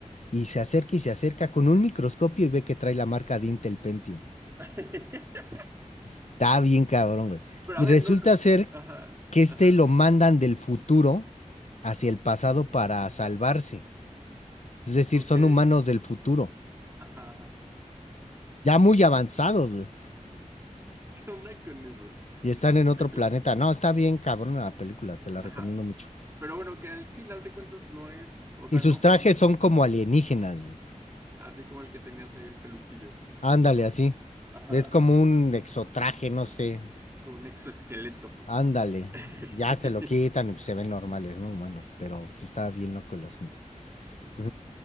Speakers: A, on the left; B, on the right.
A: y se acerca y se acerca con un microscopio y ve que trae la marca de Intel Pentium.
B: <laughs>
A: Está bien cabrón, güey.
B: Pero
A: Y
B: a ver,
A: Resulta
B: no, no-
A: ser
B: Ajá,
A: que este
B: ajá,
A: lo mandan del futuro hacia el pasado para salvarse. Es decir,
B: ok,
A: son humanos del futuro,
B: ajá, ajá.
A: ya muy avanzados, güey,
B: <laughs> ¿Qué onda con eso?
A: y están en otro
B: <clears throat>
A: planeta. No, está bien cabrón la película, te la
B: Ajá.
A: recomiendo mucho.
B: Pero bueno, que al final de cuentas no es, o sea,
A: Y sus
B: no
A: trajes
B: son
A: son como alienígenas, güey.
B: así como el que tenías ahí el peluchillo.
A: Ándale, así.
B: Ajá,
A: Es
B: ajá,
A: como un exotraje, no sé.
B: con un exoesqueleto.
A: Ándale.
B: <laughs>
A: Ya se lo quitan y pues se ven normales, ¿no? Humanos, pero sí está bien loco el asunto. <laughs>